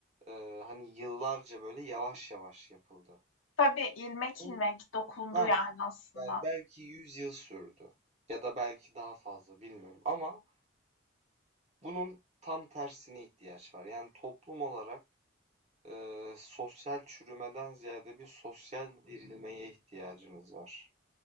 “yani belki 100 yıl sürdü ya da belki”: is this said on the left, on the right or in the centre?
Right